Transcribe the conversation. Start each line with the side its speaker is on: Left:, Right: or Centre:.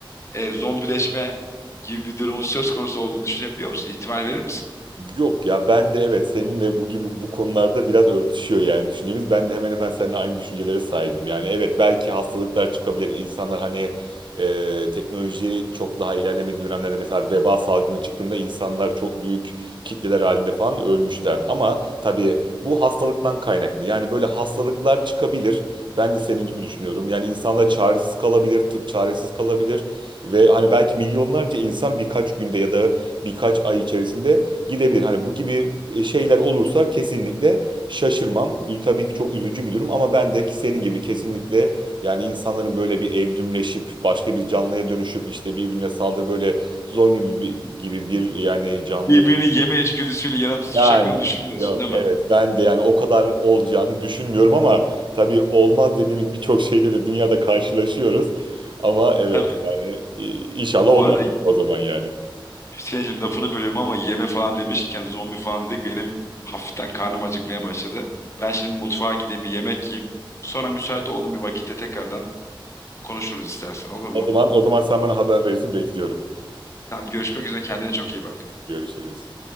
Left: e, zombileşme gibi bir durumun söz konusu olduğunu düşünebiliyor musun? İhtimal verir misin?
Right: Yok ya ben de evet seninle bu gibi bu konularda biraz örtüşüyor yani düşüncemiz. Ben de hemen hemen seninle aynı düşüncelere sahibim. Yani evet belki hastalıklar çıkabilir. İnsanlar hani e, teknoloji çok daha ilerlemediği dönemlerde mesela veba salgını çıktığında insanlar çok büyük kitleler halinde falan ölmüşler. Ama tabii bu hastalıktan kaynaklı. Yani böyle hastalıklar çıkabilir. Ben de senin gibi düşünüyorum. Yani insanlar çaresiz kalabilir, tıp çaresiz kalabilir ve hani belki milyonlarca insan birkaç günde ya da birkaç ay içerisinde gidebilir. Hani bu gibi e, şeyler olursa kesinlikle şaşırmam. Ü- Tabii ki çok üzücü bir durum ama ben de ki senin gibi kesinlikle yani insanların böyle bir evrimleşip başka bir canlıya dönüşüp işte birbirine saldır böyle zon gibi bir, gibi bir yani canlıya
Left: Birbirini
Right: dönüşüp-
Left: yeme içgüdüsüyle yana tutuşacaklarını
Right: yani
Left: düşünmüyorsun
Right: yok
Left: değil
Right: evet
Left: mi?
Right: ben de yani o kadar olacağını düşünmüyorum ama tabii olmaz dediğimiz birçok şeyle de dünyada karşılaşıyoruz. Ama evet
Left: Tabii.
Right: yani i- inşallah
Left: Bu
Right: olmaz
Left: arada
Right: o zaman yani.
Left: Hüseyin'cim lafını bölüyorum ama yeme falan demişken zombi falan dedik benim hafiften karnım acıkmaya başladı. Ben şimdi bir mutfağa gideyim bir yemek yiyeyim. Sonra müsait olduğum bir vakitte tekrardan konuşuruz istersen olur mu?
Right: O zaman o zaman sen bana haber verirsin bekliyorum.
Left: Tamam görüşmek üzere kendine çok iyi bak.
Right: Görüşürüz.